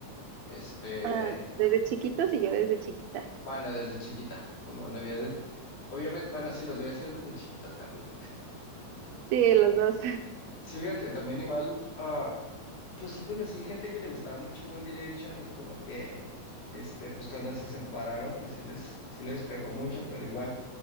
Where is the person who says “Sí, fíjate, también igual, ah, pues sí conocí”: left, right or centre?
Left